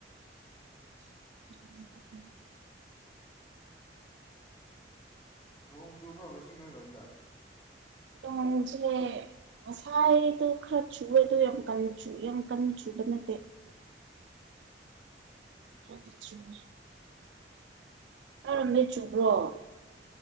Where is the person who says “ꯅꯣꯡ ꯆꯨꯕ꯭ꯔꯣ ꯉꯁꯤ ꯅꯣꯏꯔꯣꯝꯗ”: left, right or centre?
Left